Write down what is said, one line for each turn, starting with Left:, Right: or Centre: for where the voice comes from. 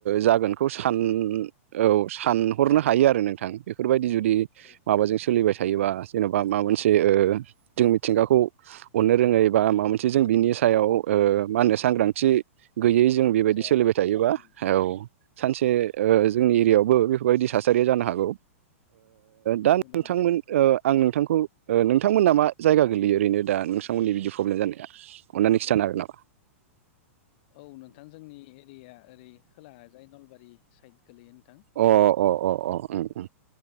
Right: जागोनखौ सान औ सानहरनो
Left: बेबायदि जेंनाखौ
Right: हायो आरो नोंथां
Left: औ
Right: बेफोरबायदि जुदि
Left: औ
Right: माबाजों सोलिबाय थायोबा जेन'बा माबा मोनसे जों
Left: औ
Right: मिथिंगाखौ अननो रोङै बा माबा मोनसे जों बिनि सायाव मा होनो सांग्रांथि गैयै जों बेबायदि
Left: जायाबा
Right: सोलिबाय थायोबा
Left: उम,
Right: औ सानसे जोंनि एरियायावबो बेफोरबायदि थासारिया जानो हागौ दा
Left: औ
Right: नोंथांमोन
Left: नंगौ नोंथां
Right: आं नोंथांखौ नोंथांमोना मा जायगा गोलैयो ओरैनो दा नोंथांमोननि बिदि प्रब्लेम जानाया अननानै खिथानो हागोन नामा
Left: औ नोंथां जोंनि एरिया ओरै खोला जाय नलबारि साइद गोलैयो नोंथां
Right: अ अ अ अ अ अ